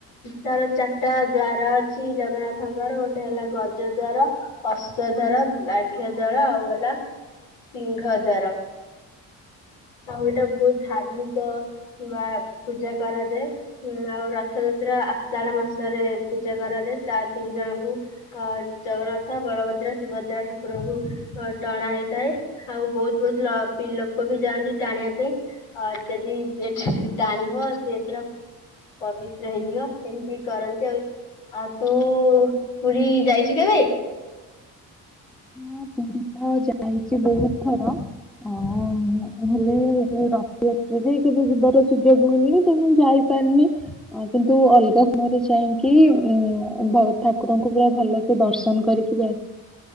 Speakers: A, on the left; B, in the centre.
A: ତାର ଚାରିଟା ଦ୍ଵାର। ଜଗନ୍ନାଥଙ୍କର ଗୋଟେ ହେଲା ଗଜ ଦ୍ୱାରା, ଅଶ୍ଵ ଦ୍ୱାର ବ୍ରାଘ୍ୟ ଦ୍ୱାର ଆଉ ହେଲା । ସିଂହ ଦ୍ୱାର ଆଉ ଏଇଟା ବହୁତ ଧାର୍ମିକ । ବା ପୂଜା କରାଯାଏ ଆଉ ରଥଯାତ୍ରା ଆଷାଢ ମାସରେ ପୂଜା କରା । ତା ତିନି ଜଣଙ୍କୁ ଅ ଜଗନ୍ନାଥ, ବଳଭଦ୍ର, ସୁଭଦ୍ରା ଠାକୁରଙ୍କୁ ଟଣା ହେଇଥାଏ ଆଉ ବହୁତ ବହୁତ ଲୋକବି ଯାଆନ୍ତି ଟାଣିବା ପାଇଁ ଆ ଯଦି ସେ ଟାଣିବ ସିଏ ପୁରା ପବିତ୍ର ହେଇଯିବ ସେମିତି କରନ୍ତି ଆଉ। ଆଉ ତୁ ପୁରୀ ଯାଇଛୁ କେବେ?
B: ହଁ ପୁରୀ ତ ଯାଇଛି ବହୁତ ଥର। ଓ ଭଲେ ରଥଯାତ୍ରା ଯାଇ କେବେ ଯିବାର ସୁଯୋଗ ମିଳନି ତ ମୁଁ ଯାଇ--। ପାରିନି କିନ୍ତୁ ଅଲଗା ସମୟରେ ଯାଇକି ଉଁ ବଡ଼ ଠାକୁରଙ୍କୁ ପୁରା ଭଲ--। ସେ ଦର୍ଶନ କରିକି ଯାଅ।